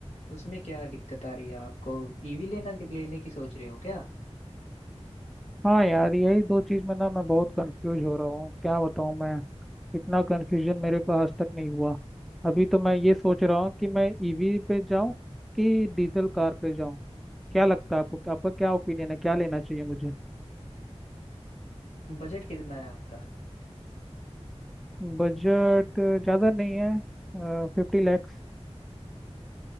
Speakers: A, on the left (about 80°); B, in the centre.
A: उसमें क्या दिक्कत आ रही है आपको ईवी लेना लेने की सोच रहे हो क्या
B: हाँ यार यही दो चीज़ में ना मैं बहुत कंफ्यूज हो रहा हूँ क्या बताऊँ मैं इतना कंफ्यूजन मेरे को आज तक नहीं हुआ अभी तो मैं ये सोच रहा हूँ कि मैं ईवी पे जाऊँ कि डीजल कार पे जाऊँ क्या लगता है आपको आपका क्या ओपिनियन है क्या लेना चाहिए मुझे
A: बजट कितना है आपका
B: बजट ज़्यादा नहीं है फिफ्टी लैक्स